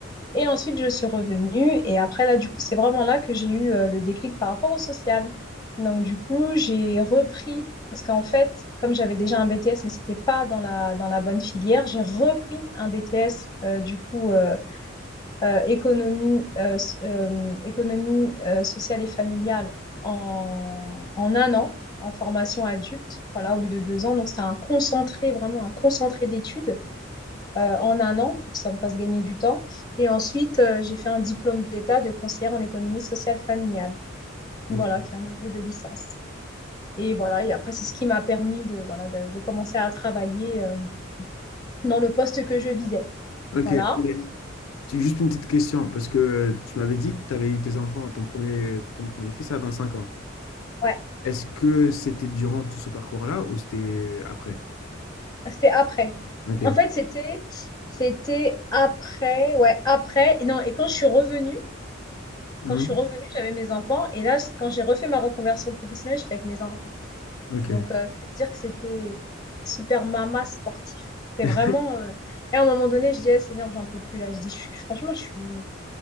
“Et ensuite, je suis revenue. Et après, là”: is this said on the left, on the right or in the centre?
Left